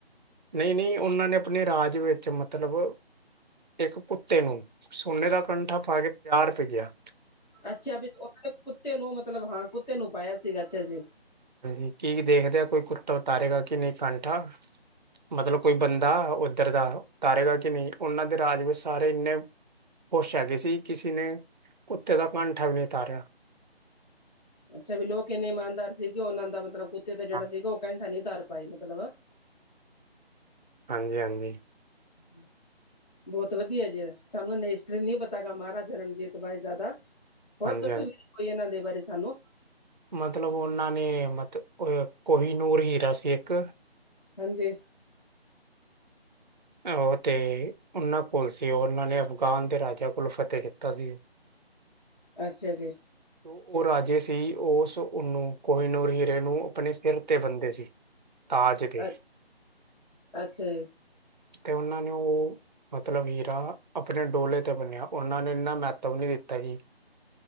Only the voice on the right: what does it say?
ਨਹੀਂ, ਨਹੀਂ ਉਹਨਾਂ ਨੇ ਆਪਣੇ ਰਾਜ ਵਿੱਚ ਮਤਲਬ ਇੱਕ ਕੁੱਤੇ ਨੂੰ ਸੋਨੇ ਦਾ ਕੰਠਾ ਪਾ ਕੇ ਪੰਜਾਹ ਰੁਪਏ ਗਿਆ।
ਹਾਂਜੀ ਕੀ ਦੇਖਦੇ, ਆ ਕੋਈ ਕੁੱਤਾ ਉਤਾਰੇਗਾ ਕੀ ਨਹੀਂ ਕੰਠਾ। ਮਤਲਬ ਕੋਈ ਬੰਦਾ ਉੱਧਰ ਦਾ ਕਰੇਗਾ, ਕਿ ਨਹੀਂ ਉਹਨਾਂ ਦੇ ਰਾਜ ਵਿੱਚ ਸਾਰੇ ਇੰਨੇ ਪੁੱਛ ਹੈਗੀ ਸੀ, ਕਿਸੇ ਨੇ ਕੁੱਤੇ ਦਾ ਕੰਠਾ ਵੀ ਨਹੀਂ ਉਤਾਰਿਆ।
ਹਾਂ-
ਹਾਂਜੀ, ਹਾਂਜੀ,
ਹਾਂਜੀ
ਹਾਂਜੀ
ਮਤਲਬ ਉਹਨਾਂ ਨੇ ਅ ਕੋਹੀ ਨੂਰ ਹੀਰਾ ਸੀ, ਇੱਕ
ਉਹ ਤੇ ਉਹਨਾਂ ਕੋਲ ਸੀ, ਉਹਨਾਂ ਨੇ ਅਫਗਾਨ ਦੇ ਰਾਜਿਆਂ ਕੋਲ ਫਤਿਹ ਦਿੱਤਾ ਸੀ।
ਉਹ ਰਾਜੇ ਸੀ, ਉਸ ਉਨੂੰ ਕੋਹੀਨਰ ਹੀਰੇ ਨੂੰ ਆਪਣੇ ਸਿਰ ਤੇ ਬੰਦੇ ਸੀ।
ਤਾਜ
ਦੇ,
ਤੇ ਉਹਨਾਂ ਨੇ ਉਹ ਮਤਲਬ ਹੀਰਾ, ਆਪਣੇ ਡੋਲੇ ਤੇ ਬੰਨਿਆ ਉਹਨਾਂ ਨੇ ਇੰਨਾ ਮਹੱਤਵ ਨਹੀਂ ਦਿੱਤਾ ਜੀ।